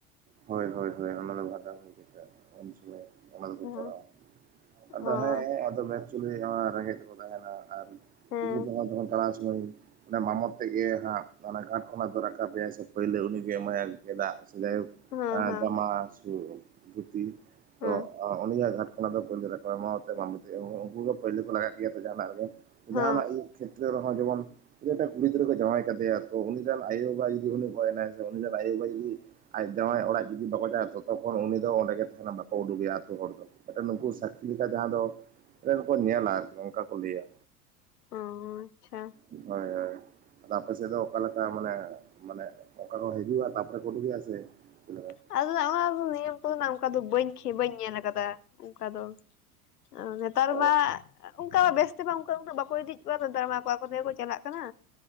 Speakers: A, on the right (about 20°); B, on the left (about 85°).
A: ᱦᱳᱭ ᱦᱳᱭ ᱦᱳᱭ ᱚᱱᱟ ᱫᱚ ᱵᱷᱟᱸᱰᱟᱱ ᱦᱩᱭ ᱠᱟᱛᱮᱜ ᱩᱱ ᱥᱚᱢᱚᱭ ᱚᱱᱟ ᱫᱚᱠᱚ
B: ᱦᱮᱸ
A: ᱠᱚᱨᱟᱣᱟ ᱾ ᱟᱫᱚ
B: ᱚ
A: ᱦᱮᱸ ᱟᱫᱚ ᱮᱠᱪᱩᱞᱤ ᱨᱮᱸᱜᱮᱡ ᱛᱮ ᱠᱚ ᱛᱟᱦᱮᱱᱟ ᱟᱨ
B: ᱦᱮᱸ
A: <unintelligible> ᱦᱳᱭ ᱚᱱᱮ ᱢᱟᱢᱚᱛ ᱛᱮᱜ ᱜᱮ ᱦᱟᱸᱜ ᱚᱱᱟ ᱜᱷᱟᱴ ᱠᱷᱚᱱᱟᱜ ᱫᱚ ᱨᱟᱠᱟᱵᱮᱭᱟ ᱥᱮ ᱯᱟᱹᱭᱞᱟᱹ ᱩᱱᱤᱜᱮ ᱮᱢᱟᱭᱟᱭ ᱜᱮᱸᱫᱟᱜ ᱾ ᱥᱮᱞᱮᱯ
B: ᱦᱮᱸ ᱦᱮᱸ
A: ᱡᱟᱢᱟ ᱥᱩ ᱫᱷᱩᱛᱤ ᱛᱚ
B: ᱦᱮᱸ
A: ᱩᱱᱤᱭᱟᱜᱧᱼᱼ ᱚᱱᱟ ᱫᱚ ᱯᱳᱭᱞᱳ ᱨᱮᱠᱚ ᱮᱢᱚᱜᱼᱟ ᱥᱮ ᱵᱩᱡᱷᱟᱹᱜᱼᱟ ᱩᱱᱠᱩ ᱜᱮ ᱯᱳᱭᱞᱳ ᱠᱚ ᱞᱟᱜᱟᱜ ᱜᱮᱭᱟ ᱡᱟᱦᱟᱱᱟᱜ ᱨᱮᱜᱮ ᱡᱟᱦᱟᱱᱟᱜ
B: ᱦᱮᱸ
A: ᱤᱭᱟᱹ ᱪᱮᱫ, ᱤᱭᱟᱹ ᱨᱮᱦᱚ ᱡᱮᱢᱚᱱ ᱤᱭᱟᱹᱴᱟᱜ ᱠᱩᱲ ᱜᱤᱫᱽᱨᱟᱹ ᱠᱚ ᱡᱟᱣᱟᱭ ᱠᱟᱫᱮᱭᱟ ᱛᱚ ᱩᱱᱤ ᱨᱮᱱ ᱟᱭᱳᱵᱟ ᱡᱩᱫᱤ ᱩᱱᱤ ᱜᱚᱭᱡ ᱨᱮᱱᱟᱜ ᱥᱮ ᱩᱱᱤ ᱨᱮᱱ ᱟᱭᱳᱼᱵᱟ ᱡᱩᱫᱤ, ᱟᱡ ᱡᱟᱣᱟᱭ ᱚᱲᱟᱜ ᱡᱩᱫᱤ ᱵᱟᱠᱚ ᱪᱟᱞᱟᱜ ᱛᱚᱛᱚᱠᱷᱚᱱ ᱩᱱᱤ ᱫᱚ ᱚᱸᱰᱮ ᱜᱮ ᱛᱟᱦᱮᱱᱟ ᱵᱟᱠᱚ ᱩᱰᱩᱜᱮᱭᱟ ᱟᱛᱳ ᱦᱚᱲ ᱫᱚ᱾ ᱦᱮ ᱛᱚ ᱱᱩᱱᱠᱩ ᱥᱟᱠᱠᱷᱤ ᱞᱮᱠᱟ ᱡᱟᱦᱟᱸ ᱫᱚ ᱮᱱ ᱠᱚ ᱧᱮᱞᱟ ᱚᱱᱠᱟ ᱠᱚ ᱞᱟᱹᱭᱟ᱾
B: ᱚ ᱟᱪᱪᱷᱟ
A: ᱦᱳᱭ ᱦᱳᱭ ᱟᱫᱚ ᱟᱯᱮ ᱥᱮᱫ ᱫᱚ ᱚᱠᱟᱞᱮᱠᱟ ᱢᱟᱱᱮ ᱼᱢᱟᱱᱮ, ᱚᱠᱟᱠᱚ ᱨᱚᱲ ᱦᱤᱡᱩᱜᱼᱟ ᱛᱟᱯᱚᱨᱮ ᱠᱚ ᱩᱰᱩᱜ ᱮᱭᱟ ᱥᱮ, ᱪᱮᱫ ᱞᱮᱠᱟ
B: <inaudible> ᱱᱮᱛᱟᱨ
A: ᱚ
B: ᱢᱟ ᱩᱱᱠᱟ ᱵᱮᱥ ᱛᱮᱢᱟ ᱩᱱᱠᱟ ᱩᱱᱟᱹᱜ ᱵᱟᱠᱚ ᱤᱫᱤᱜ ᱚᱠᱟᱨᱮ ᱰᱨᱟᱢᱟ ᱠᱚᱣᱟᱠᱚ ᱟᱠᱚ ᱛᱮᱜᱮ ᱠᱚ ᱪᱟᱞᱟᱜ ᱠᱟᱱᱟ